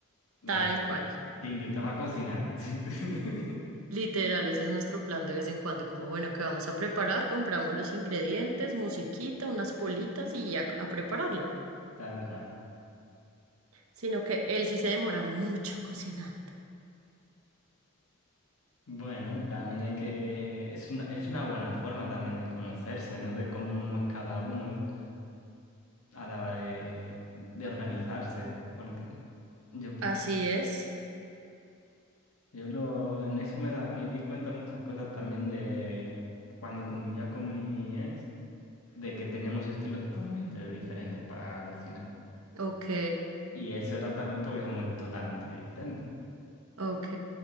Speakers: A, on the left; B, on the right.
A: Mira,
B: Tal cual.
A: te invitaba a cocinar. <laughs>
B: Literal, ese es nuestro plan de vez en cuando, como bueno, ¿qué vamos a preparar? Compramos los ingredientes, musiquita, unas politas y a, a prepararlo.
A: Tal cual.
B: Sino que él sí se demora mucho cocinando.
A: Bueno, también hay que... Es una, es una buena forma también de conocerse, ¿no? De cómo es cada uno. a la hora de, de organizarse. Porque yo,
B: Así es.
A: yo lo, en eso me, da- me di cuenta muchas cosas también de cuando convivía con mi ex, de que teníamos estilos totalmente diferentes para cocinar.
B: Ok.
A: Y eso era también porque somos totalmente diferentes.
B: Ok.